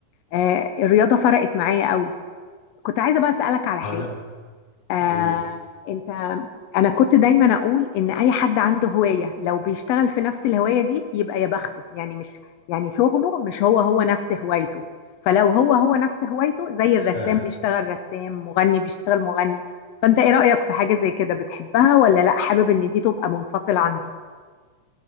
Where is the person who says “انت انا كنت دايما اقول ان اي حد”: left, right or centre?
Left